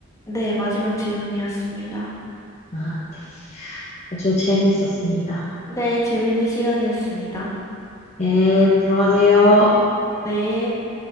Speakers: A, on the left (about 15°); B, on the left (about 35°).
A: 네, 마지막 질문이었습니다.
B: 아, 네. 아주 재미있었습니다.
A: 네, 재밌는 시간이었습니다.
B: 예, 들어가세요.
A: 네.